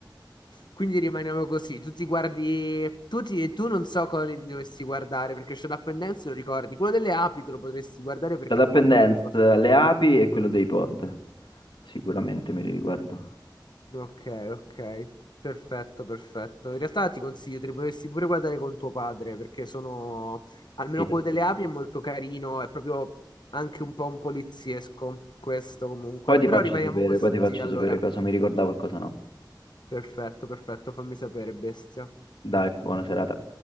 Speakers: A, on the left (about 65°); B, on the left (about 85°).
A: Quindi rimaniamo così, tu ti guardi, tu, ti- tu non so quale ti dovresti guardare perché Shut Up and Dance lo ricordi, quello delle api te lo potresti guardare perché
B: La
A: è
B: Up
A: molto
B: and Dance,
A: figo secondo
B: le
A: me.
B: api e quello dei pod, sicuramente me li riguardo.
A: Ok, ok, perfetto, perfetto. In realtà ti consiglio, te li potresti pure guardare con tuo padre, perché sono, almeno
B: Sì, assolutamente.
A: quello delle api è molto carino, è proprio anche un po' un poliziesco questo comunque.
B: Poi ti
A: Però
B: faccio
A: rimaniamo
B: sapere,
A: così,
B: poi ti faccio
A: allora.
B: sapere cosa mi ricordavo e cosa no.
A: Perfetto, perfetto, fammi sapere, bestia.
B: Dai, buona serata.